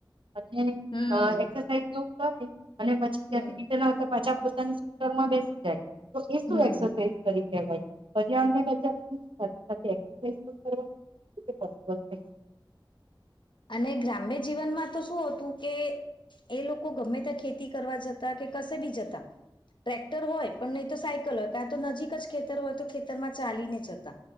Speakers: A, on the right; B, on the left.
A: અને
B: હમ
A: એક્સરસાઇઝ એવું કરે અને પછી ત્યાંથી
B: હમ
A: રિટન આવતા પાછા પોતાની સ્કૂટરમાં બેસી જાય તો એ શું
B: હમ
A: એસરસાઝ કરી કહેવાય પર્યાવરણને બચાવવાનું સાથે સાથે એસ્સાઈજ પણ કરવાનુ. <unintelligible>
B: અને ગ્રામ્ય જીવનમાં તો શું હતું કે એ લોકો ગમે ત્યાં ખેતી કરવા જતા કે કશે બી જતા ટ્રેક્ટર હોય પણ નહી તો સાયકલ હોય કા તો નજીક જ ખેતર હોય તો ખેતરમાં ચાલીને જતા